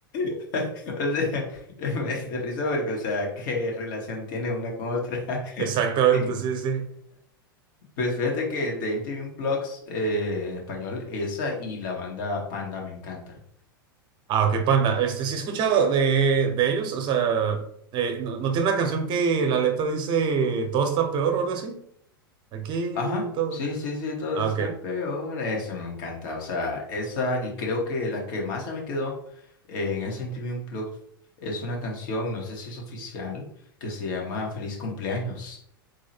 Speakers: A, on the left (about 60°); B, on the right (about 40°).
A: <laughs> O sea, <laughs> me hice risa porque, o sea, ¿qué relación tiene una con otra?
B: <laughs>
A: <laughs>
B: Exactamente,
A: En-
B: sí, sí.
A: Pues fíjate que de MTV Unplugged, eh, en español, esa y la banda Panda me encanta.
B: Ah, ok, Panda. Este, sí he escuchado de, de ellos, o sea, eh, ¿no, no tiene una canción que la letra dice todo está peor o algo así? Aquí
A: Ajá,
B: todo.
A: sí, sí, sí, todo
B: Ah,
A: está
B: ok.
A: peor. Eso me encanta, o sea, esa y creo que la que más se me quedó eh, en ese MTV Unplugged es una canción, no sé si es oficial, que se llama Feliz Cumpleaños.